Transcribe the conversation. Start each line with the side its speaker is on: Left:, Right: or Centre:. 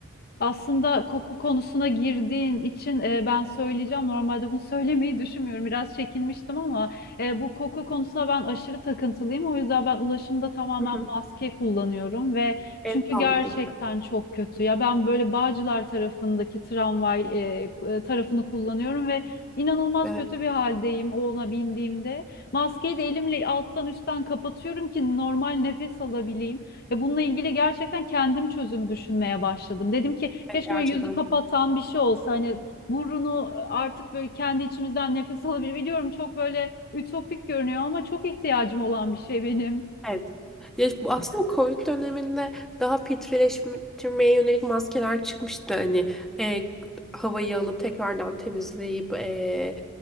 Left: Aslında koku konusuna girdiğin için e, ben söyleyeceğim. Normalde bunu <laughs> söylemeyi düşünmüyorum. Biraz çekinmiştim ama e, bu koku konusuna ben aşırı takıntılıyım. O yüzden ben ulaşımda tamamen
Centre: Hı hı.
Left: maske kullanıyorum ve
Centre: En
Left: çünkü
Centre: sağlıklısı.
Left: gerçekten çok kötü. Ya ben böyle Bağcılar tarafındaki tramvay e, ku- e, tarafını kullanıyorum ve inanılmaz
Centre: Evet,
Left: kötü bir haldeyim ona bindiğimde. Maskeyi de elimle alttan üstten kapatıyorum ki normal nefes alabileyim. Ve bununla ilgili gerçekten kendim çözüm düşünmeye başladım. Dedim ki
Centre: evet,
Left: keşke
Centre: gerçekten
Left: böyle yüzü kapatan bir şey olsa hani burunu artık böyle kendi içimizden nefes <laughs> alabilir. Biliyorum çok böyle ütopik görünüyor ama çok ihtiyacım olan bir şey benim.
Centre: Evet. Ya bu aslında Covid döneminde daha filtreleştirmeye yönelik maskeler çıkmıştı. Hani e, havayı alıp tekrardan temizleyip e,